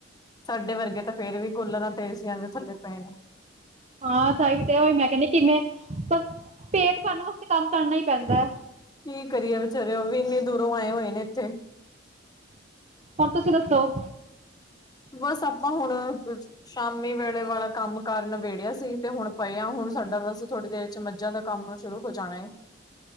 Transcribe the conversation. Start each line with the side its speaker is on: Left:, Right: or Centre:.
Left: ਸਾਡੇ ਵਰਗੇ ਤਾਂ ਫੇਰ ਵੀ ਕੂਲਰਾਂ ਤੇ ਏਸੀਆ ਦੇ ਥੱਲੇ ਪਏ ਨੇ।
Right: ਹਾਂ ਸਾਈ ਤੇ ਉਹੀ ਮੈਂ ਕਹਿੰਦੀਆਂ ਕਿਨੇ ਪਰ ਪੇਟ ਭਰਨ ਵਾਸਤੇ ਕੰਮ ਕਰਨਾ ਹੀ ਪੈਂਦਾ ਹੈ।
Left: ਕੀ ਕਰੀਏ ਵਿਚਚਾਰੇ ਉਹ ਵੀ ਇੰਨੇ ਦੂਰੋਂ ਆਏ ਹੋਏ ਨੇ ਇੱਥੇ
Right: ਹੋਰ ਤੁਸੀਂ ਦੱਸੋ।
Left: ਬਸ ਆਪਾਂ ਹੁਣ ਸ਼ਾਮੀ ਵੇਲੇ ਵਾਲਾ ਕੰਮ ਕਾਰ ਨਬੇੜਿਆ ਸੀ, ਤੇ ਹੁਣ ਪਏ ਆ ਹੁਣ ਸਾਡਾ ਬਸ ਥੋੜ੍ਹੀ ਦੇਰ ਚ ਮੱਝਾਂ ਦਾ ਕੰਮ ਸ਼ੁਰੂ ਹੋ ਜਾਣਾ ਏ